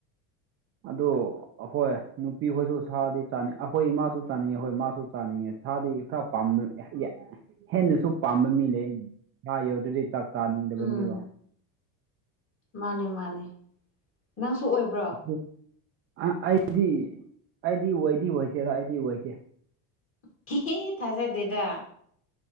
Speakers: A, on the right; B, on the left.
A: ꯑꯗꯨ ꯑꯍꯣꯏ ꯅꯨꯄꯤꯍꯣꯏꯁꯨ ꯁꯥꯗꯤ ꯆꯥꯅꯤꯡ ꯑꯈꯣꯏ ꯏꯃꯥꯁꯨ ꯆꯥꯅꯤꯡꯉꯦ ꯍꯣꯏ ꯃꯥꯁꯨ ꯆꯥꯅꯤꯡꯉꯦ ꯁꯥꯗꯤ ꯈꯔ ꯄꯥꯝꯕ <unintelligible> ꯍꯦꯟꯅꯁꯨ ꯄꯥꯝꯕ ꯃꯤ ꯂꯩ ꯁꯥ ꯌꯥꯎꯗ꯭ꯔꯗꯤ ꯆꯥꯛ ꯆꯥꯅꯤꯡꯗꯕ
B: ꯎꯝ
A: ꯃꯤꯗꯣ
B: ꯃꯥꯅꯦ ꯃꯥꯅꯦ ꯅꯪꯁꯨ ꯑꯣꯏꯕ꯭ꯔꯣ
A: <unintelligible> ꯑꯩꯗꯤ ꯑꯩꯗꯤ ꯑꯣꯏꯗꯤ ꯑꯣꯏꯗꯦꯗ ꯑꯩꯗꯤ ꯑꯣꯏꯗꯦ
B: <unintelligible> ꯊꯥꯖꯗꯦꯗ